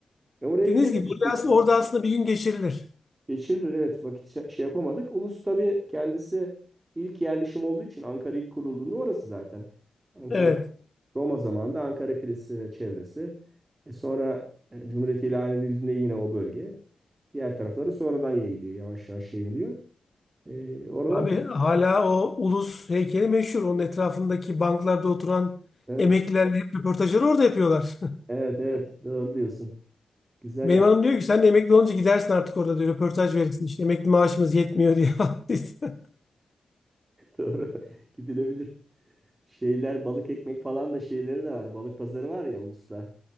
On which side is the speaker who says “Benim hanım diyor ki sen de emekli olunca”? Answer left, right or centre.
Left